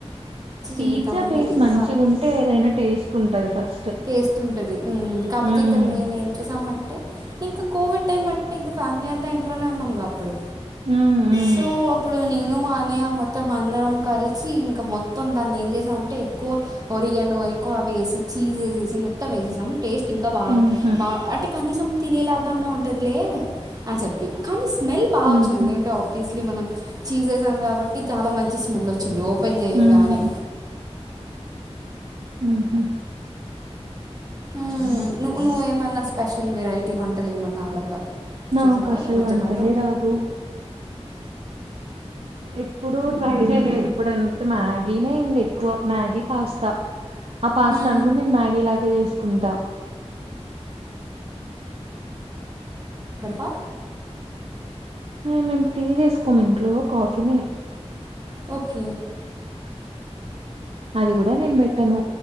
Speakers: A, on the right (about 60°); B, on the right (about 35°).
A: పిజ్జా
B: చేద్దామని
A: పేస్
B: ఇంకా
A: మంచిగుంటే ఏదైనా టేస్ ఉంటుంది ఫస్ట్
B: టేస్ట్ ఉంటది కాకపోతే
A: హ్మ్
B: ఇంకా మేము ఏం చేసామంటే ఇంకా కోవిడ్ టైమ్ అంటే ఇంకా ఫ్యామిలీ అంతా ఇంట్లోనే ఉన్నాం కాబ
A: హ్మ్ హ్మ్
B: సో అప్పుడు సినినుమా అన్నయ్య మొత్తం అందరం కలిసి ఇంకా మొత్తం దాన్ని ఏం చేసామంటే ఎక్కువ ఒరిగను ఎక్కువవి వేసిచ్చి చీసేసేసి ముత్తం వేసేసాం టేస్ట్ ఇంకా బాగా
A: ఉహూ
B: బా అంటే కనీసం తినేలాగన్నా ఉంటదిలే అని చెప్పి కానీ స్మెల్ బాగా
A: ఉహూ
B: వచ్చిందిందుకంటే ఆఫీస్ ఇ మనం చసేసాం కాబట్టి చాలా మంచి స్మెల్ వచ్చింది ఓ ఒపం చేయంగనే
A: హ్మ్ ఆహా
B: మ్మ్.
A: హీ
B: నువ్వు
A: హ
B: నువ్వేమన్నా స్పెషల్ వెరైటీ వంటలు ఏమన్నా అలాగా
A: నాకు
B: చేసావా
A: అసలు
B: ఈ మధ్యకాలంలో
A: వంటలే రావు ఎప్పుడు ట్రై అ ఇప్పుడంతే మ్యాగీనే ఇంకా ఎక్కువ మ్యాగీ పాస్తా ఆ పాస్తా
B: మ్మ్.
A: అనుకు నేను మ్యాగీ లాగ చేసు కుంద
B: వా
A: ఆ మేము టీ చేసుకోము ఇంట్లో కాఫీని
B: ఓకే
A: అది కూడా నేను పెట్టను